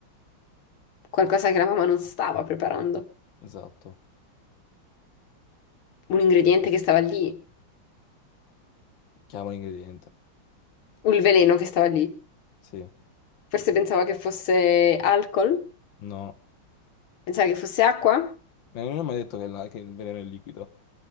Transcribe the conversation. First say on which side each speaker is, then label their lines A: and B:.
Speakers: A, on the left; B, on the left.
A: qualcosa che la mamma non stava preparando.
B: esatto.
A: Un ingrediente che stava lì,
B: Chiama l'ingrediente.
A: un veleno che stava lì.
B: Sì,
A: Forse pensava che fosse alcol,
B: no.
A: pensava che fosse acqua.
B: Ma non mi ha mai detto che, la- che il veleno è liquido.